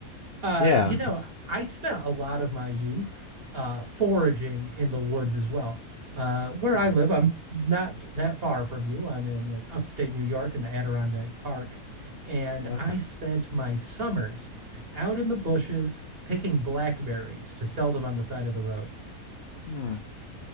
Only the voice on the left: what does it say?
Yeah,
it's
hmm,
okay.
Hmm.